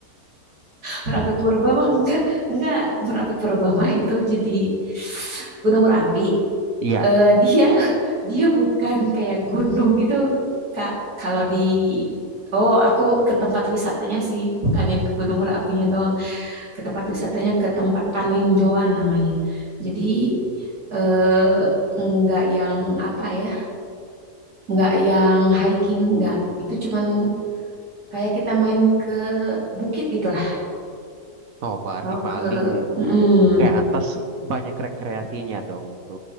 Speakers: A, on the right; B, on the right.
A: Merapi Purba mah enggak, enggak. Merapi Purba mah itu jadi gunung berapi.
B: iya.
A: Eh dia dia bukan kayak gunung gitu. Kak, kalau di Oh, aku ke tempat wisatanya sih, bukan yang ke Gunung Merapinya doang. ke tempat wisatanya ke tempat paninjauan namanya. Jadi eh, nggak yang apa ya, nggak yang hiking, nggak. Itu cuman kayak kita main ke bukit gitu lah.
B: Oh, berarti
A: Kalau
B: paling
A: ke, mm,
B: ke atas banyak rekreasinya dong itu.